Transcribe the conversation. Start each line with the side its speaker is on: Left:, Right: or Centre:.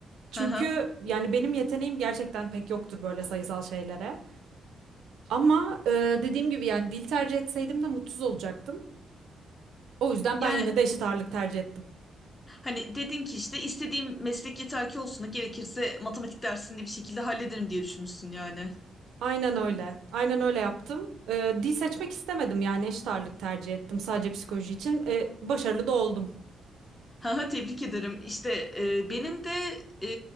Right: Çünkü
Left: hı hı.
Right: yani benim yeteneğim gerçekten pek yoktur böyle sayısal şeylere. Ama e, dediğim gibi yani dil tercih etseydim de mutsuz olacaktım. O yüzden
Left: Yani
Right: ben yine de eşit ağırlık tercih ettim.
Left: hani dedin ki işte istediğim meslek yeter ki olsun da gerekirse matematik dersini de bir şekilde hallederim diye düşünmüşsün yani.
Right: Aynen öyle. Aynen öyle yaptım. E, dil seçmek istemedim yani eşit ağırlık tercih ettim sadece psikoloji için. E, başarılı da oldum.
Left: Ha ha, tebrik ederim. İşte e, benim de e,